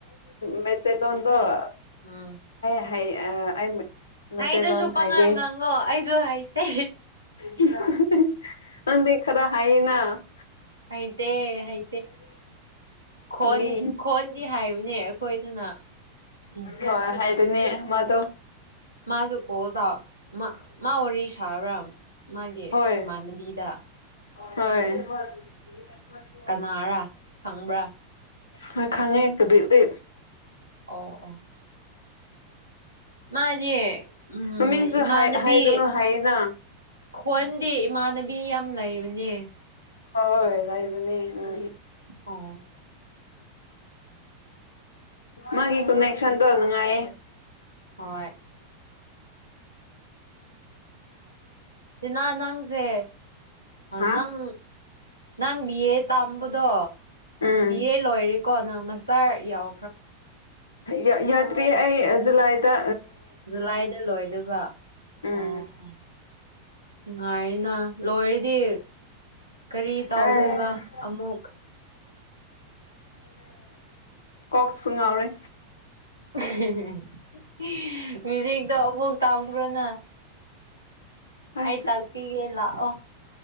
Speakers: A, on the left; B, on the right.
A: ꯃꯦꯇꯩ ꯂꯣꯗ
B: ꯎꯝ
A: ꯍꯥꯏ ꯑꯩ ꯃꯩꯇꯩꯂꯣꯟ
B: ꯍꯥꯏꯗꯨ꯭ꯔꯁꯨ ꯄꯉꯪ
A: ꯍꯥꯏꯗꯦ
B: ꯉꯥꯡꯉꯣ ꯑꯩꯁꯨ ꯍꯥꯏꯇꯦ
A: <unintelligible> ꯅꯪ ꯈꯔ ꯍꯥꯏꯅ ꯑꯁ
B: ꯑꯥꯏ ꯍꯥꯏ ꯈꯣꯟꯣꯟ
A: ꯇꯨ ꯃꯤ
B: ꯈꯣꯟꯣꯟꯗꯤ ꯍꯥꯏꯕꯅꯦ ꯑꯩꯈꯣꯏꯗꯅ ꯎꯝ
A: ꯍꯣꯏ ꯍꯥꯏ ꯅꯦ ꯃꯗꯣ
B: ꯃꯥꯁꯨ ꯀꯣꯜꯗ ꯃꯥ ꯑꯣꯔꯤꯁ ꯊꯔꯝ ꯃꯥꯒꯦ
A: ꯍꯣꯏ
B: ꯃꯅꯕꯤꯤꯗꯥ
A: ꯍꯣꯏ ꯑꯗꯒꯤ ꯑꯩꯈꯣꯏꯁꯨ
B: ꯀꯅꯥꯔꯥ ꯈꯪꯕ꯭ꯔꯥ
A: ꯍ ꯈꯪꯉꯦꯕꯤꯗ
B: ꯑꯣ ꯑꯣ ꯃꯥꯗꯤ ꯎꯝ
A: ꯃꯃꯤꯡꯁꯨ
B: ꯏꯃꯥꯟꯅꯕꯤ
A: ꯍꯥꯏꯒꯅꯨ ꯍꯥꯏꯌꯦꯅ
B: ꯈꯣꯟꯗꯤ ꯏꯃꯥꯟꯅꯕꯤ ꯌꯥꯝ ꯂꯩꯕꯅꯦ
A: ꯍ ꯇꯥꯏꯕꯅꯦ ꯎꯝ
B: ꯍꯣꯏ
A: ꯃꯥꯒꯤ ꯀꯟ ꯑꯦꯁꯟ ꯇꯣꯅꯅꯨꯡꯉꯥꯏꯌꯦꯦ
B: ꯍꯣꯏ ꯁꯤꯅ ꯅꯪꯁꯦ
A: ꯍꯥ
B: ꯅꯪ ꯅꯪ ꯕꯤ ꯑꯦ ꯇꯥ ꯍꯝꯕꯗꯣ
A: ꯎꯝ
B: ꯑ ꯂꯣꯏ ꯀꯣ ꯅ ꯃꯁꯇꯥꯔ ꯌꯥꯎ
A: ꯌꯥ ꯌꯥꯗꯔꯤ ꯖꯂꯥꯏꯗ
B: ꯖꯨꯂꯥꯏꯗ ꯂꯣꯏꯗꯕ
A: ꯎꯝ
B: ꯑꯣ ꯉꯥꯏꯅꯥ ꯂꯣꯏꯔꯗꯤ ꯀꯔꯤ ꯇꯧꯗꯣꯏꯕ
A: ꯑꯦ
B: ꯑꯃꯨꯛ
A: ꯀꯣꯛ ꯁꯨꯡꯎꯔꯦ
B: <unintelligible> ꯃ꯭ꯌꯨꯖꯤꯛꯇꯣ ꯑꯕꯣꯛ ꯇꯥꯕ꯭ꯔꯅ <unintelligible>
A: ꯍꯣꯏ
B: ꯑꯥꯏ ꯇꯄꯤꯒꯦꯂ ꯑꯣ